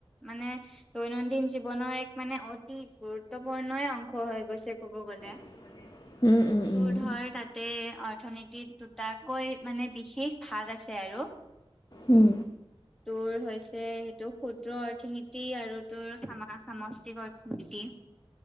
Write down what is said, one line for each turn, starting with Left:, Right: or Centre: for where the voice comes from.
Centre: মানে দৈনন্দিন জীৱনৰ এক মানে অতি গুৰুত্বপূৰ্ণই অংশ হৈ গৈছে ক'ব গ'লে
Left: <inaudible> উম উম
Centre: তোৰ ধৰ তাতে অৰ্থনীতিত দুটাকৈ মানে বিশেষ ভাগ আছে আৰু
Left: উম
Centre: তোৰ হৈছে সেইটো ক্ষুদ্ৰ অৰ্থনীতি আৰু তোৰ সামা সামষ্টি অৰ্থনীতি